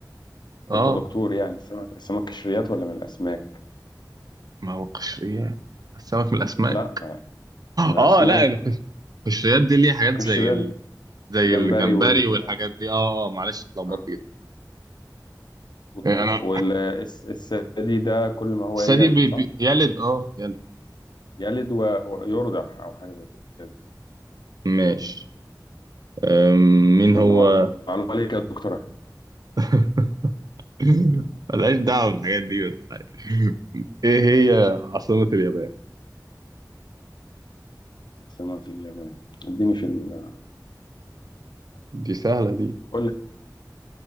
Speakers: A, on the right; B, on the left.
A: اه
B: ده أنت دكتور يعني السمك السمك كشريات ولا من الأسماك
A: ما هو قشريات السمك من الأسماك
B: لا من الأسماك
A: اه لا القش- القشريات دي ليها حاجات
B: قشرين
A: زي ال... زي
B: الجمبري
A: الجمبري
B: وال
A: والحاجات دي اه اه معلش اتلخبطت
B: آه.
A: كده
B: والط-
A: آه، انا
B: وال الس- الثدي ده كل ما هو
A: الثدي
B: يلد
A: بي...
B: صح؟
A: بي... يلد اه يلد
B: يلد و- ويرضع أو حاجة زي كده
A: ماشي آم، مين
B: يلا
A: هو
B: معلو- معلومة عليك يا دكتورة
A: <laughs> <laughs> ملهاش دعوة بالحاجات دي بس عادي. ايه هي عاصمة اليابان؟
B: عاصمة اليابان اديني في ال
A: دي سهلة دي
B: قول لي